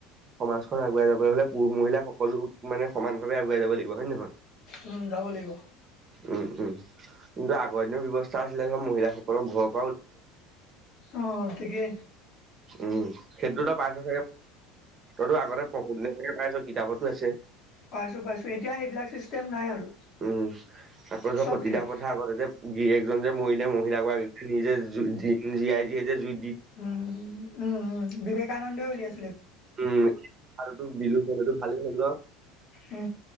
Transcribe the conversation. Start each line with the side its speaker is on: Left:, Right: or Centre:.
Right: সমাজখন আগুৱাই যাবলৈ হলে পুৰুষ মহিলা সকলো মানে সমান ভাৱে আগুৱাই যাব লাগিব হয় নে নহয়
Left: উম যাব লাগিব
Right: উম উম কিন্তু আগৰ দিনৰ ব্যৱস্থা আছিলে ধৰক মহিলাসকলৰ ঘৰত
Left: অ ঠিকে
Right: উম সেইটোত পাইছ চাগে তইতো আগতে পঢ়োতে চাগে পাইছ কিতাপতো আছে
Left: পাইছো পাইছো এতিয়া সেইবিলাক চিষ্টেম নাই আৰু
Right: উম আকৌ
Left: চব
Right: সতী
Left: উঠিলে
Right: দাহ প্ৰথা আগতে যে গিৰিকজন যে মৰিলে মহিলাাগৰাকী নিজে জ জীয়াই জীয়াই যে জুই
Left: উম উম উম বিবেকানন্দই উলিয়াই
Right: উম আৰুটো বিলু হটো ভালেই হ'ল ন
Left: উম